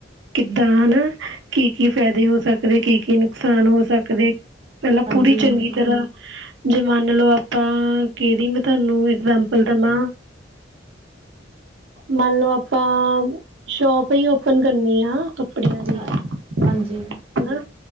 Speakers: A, on the right; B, on the right.
A: ਕਿੱਦਾਂ ਹਨਾ, ਕੀ-ਕੀ ਫਾਇਦੇ ਹੋ ਸਕਦੇ। ਕੀ-ਕੀ ਨੁਕਸਾਨ ਹੋ ਸਕਦੇ? ਪਹਿਲਾਂ
B: ਹਾਂਜੀ
A: ਪੂਰੀ ਚੰਗੀ
B: ਹਾਂਜੀ
A: ਤਰ੍ਹਾਂ ਜੇ' ਮੰਨ ਲਓ ਆਪਾਂ, ਕਿਹਦੀ ਮੈਂ ਤੁਹਾਨੂੰ ਐਗਜਾਮਪਲ ਦੇਵਾਂ ਮੰਨ ਲਓ ਆਪਾਂ, ਸ਼ੋਪ ਈ ਓਪਨ ਕਰਨੀ ਆ ਕੱਪੜਿਆਂ ਦੀ
B: ਹਾਂ
A: ਹਨਾ
B: ਹਾਂਜੀ